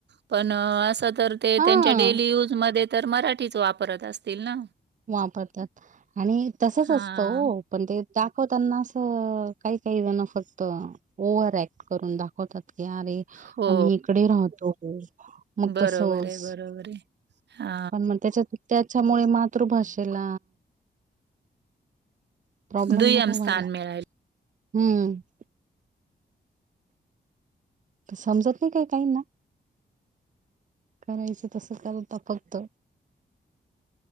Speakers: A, on the right; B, on the right.
A: पण अस तर ते
B: हा
A: त्यांच्या डेली युज मध्ये तर मराठीच वापरत असतील ना
B: वापरतात. आणि तसच
A: हा
B: असतं ओ पण ते दाखवताना असं काही काही जण फक्त ओव्हर ऍक्ट करून दाखवतात. की अरे
A: हो
B: आम्ही इकडे राहतो. मग
A: बरोबर
B: तसच
A: आहे बरोबर आहे हा
B: पण मग त्याच्या त्याच्यामुळे मातृभाषेला प्रॉब्लेम
A: दुय्यम
B: नको
A: स्थान
B: व्हायला.
A: मिळाल
B: हम्म समजत नाय काय काही ना करायचं तसं करत फक्त